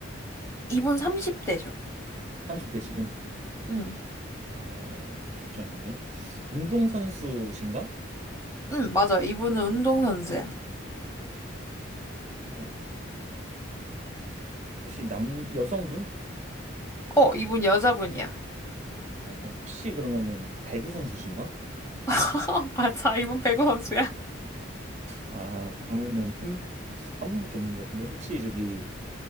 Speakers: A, on the left; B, on the right.
A: 이분 30대죠.
B: 30대 지금?
A: 응,
B: 아, 쉽지 않은데. 운동선수신가?
A: 응, 맞아. 이분은 운동선수야.
B: 어, 혹시 남, 여성분?
A: 어, 이분 여자분이야.
B: 아, 이거 혹시 그러면은 배구 선수신가?
A: <laughs> <laughs> 맞아, 이분 배구 선수야.
B: 아, 그러면은 한 분- 한 분밖에 없는 것 같은데. 혹시 저기,